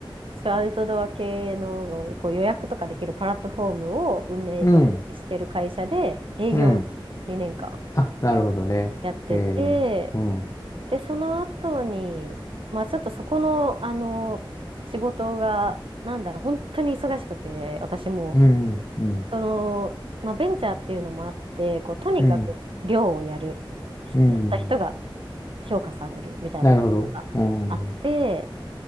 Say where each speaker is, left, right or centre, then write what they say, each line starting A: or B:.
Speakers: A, on the right; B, on the left.
A: そういうアウトドア系のこう予約とかできるプラットフォームを運営、
B: うん。
A: 運営してる会社で営業を2年
B: うん。あ、なるほどね。
A: 間やってて、
B: えー、うん、
A: で、その後に、まあちょっとそこの、あの、仕事が、なんだろう、本当に忙しくて、私も、
B: うん、うん、
A: その、まあベンチャーっていうのもあって、こう、とにかく量をやる、
B: うん、うん。
A: やった人が評価されるみたいなところがあって、
B: なるほど。うん、うん、